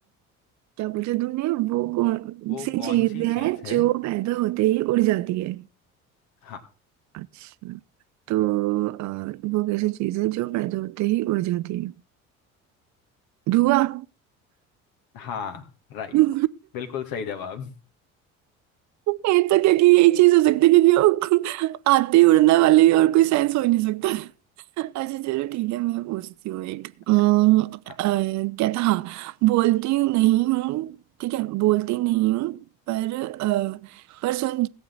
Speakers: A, on the right; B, on the left.
A: क्या पूछा तुमने वो कौन
B: वो
A: सी
B: कौन
A: चीज
B: सी चीज
A: है
B: है
A: जो पैदा होते ही उड़ जाती है
B: हाँ
A: अच्छा तो अ, वो कैसी चीज है जो पैदा होते ही उड़ जाती है धुआं
B: हाँ राइट
A: ये
B: बिल्कुल सही जवाब
A: तो क्योंकि यही चीज हो सकती है क्योंकि वो आते ही उड़ने वाली और कोई सेंस हो ही नहीं सकता अच्छा चलो ठीक है मैं पूछती हूँ एक
B: अच्छा
A: अम्म, अ,
B: हाँ
A: क्या था हाँ बोलती नहीं हूँ ठीक है बोलती नहीं हूँ पर अ, पर सुन